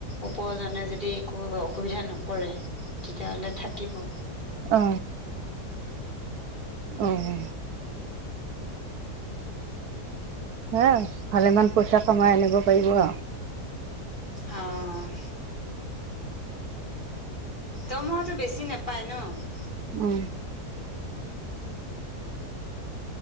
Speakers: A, on the left; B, on the right.
A: উপাৰজনে যদি একো অসুবিধা নকৰে। তেতিয়াহ'লে থাকিব।
B: অ। অ অহ। হ ভালেমান পইচা কমাই আনিব পাৰিব আৰু।
A: আহঁ। দৰমহাটো বেছি নাপায় ন।
B: উম।